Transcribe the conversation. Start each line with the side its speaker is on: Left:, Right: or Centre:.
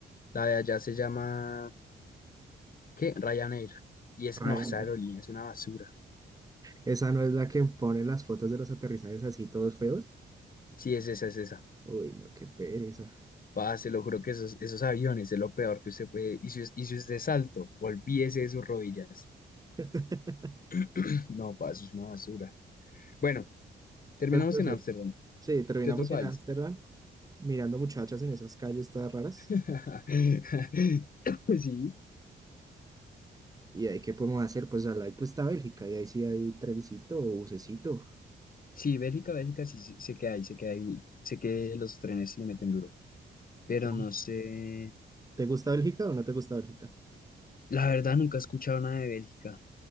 Left: La de allá se llama, ¿qué? Ryanair. Y es,
Right: Ryanair.
Left: no, esa aerolínea es una basura.
Right: Esa no es la que pone las fotos de los aterrizajes así todos feos.
Left: Sí, es esa, es esa.
Right: Uy, no, qué pereza.
Left: Pa, se lo juro que esos, esos aviones es lo peor que usted puede. Y si, es- y si usted es alto, olvídese de sus rodillas.
Right: <laughs>
Left: <clears throat> No, pa, eso es una basura. Bueno, terminamos
Right: Pero entonces,
Left: en Ámsterdam.
Right: Sí, terminamos
Left: ¿Qué otro país?
Right: en Ámsterdam mirando muchachas en esas calles todas raras.
Left: <laughs> Sí,
Right: ¿Y ahí qué podemos hacer? Pues al lado pues, está Bélgica y ahí sí hay trencito o bucecito.
Left: sí, Bélgica, Bélgica, sí, sí, sé que hay, sé que hay, sé que los trenes le meten duro. Pero
Right: Entonces,
Left: no sé,
Right: ¿Te gusta Bélgica o no te gusta Bélgica?
Left: la verdad nunca he escuchado nada de Bélgica.